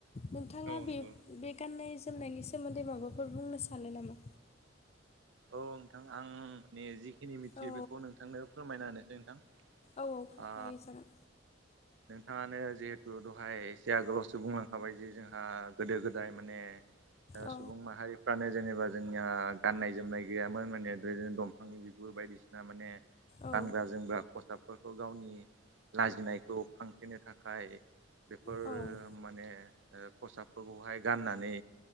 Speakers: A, on the left; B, on the right.
A: नोंथाङा
B: औ
A: बे
B: नंगौ
A: बे गान्नाय जोमनायनि सोमोन्दै माबाफोर बुंनो सानो नामा
B: औ नोंथां आं जिखिनि मिथियो
A: औ
B: बेखौ नोंथांनो फोरमायना होनोसै नोंथां
A: औ औ फोरमायो
B: आ
A: जागोन
B: नोंथाङानो जिहेथु दहाय एसे आगोलावसो बुंलांखाबाय जे जोंहा गोदो गोदाय माने
A: औ
B: सुबुं माहारिफ्रानो जेनेबा जोंनिया गाननाय जोमनाय गैयामोन माने नो दंफांनि बिगुर बायदिसिना माने
A: औ
B: गानग्रा जोमग्रा खस्थ फोरखौ गावनि लाजिनायखौ फांखेनो थाखाय बेफोर
A: औ
B: माने खसाबफोरखौहाय गाननानै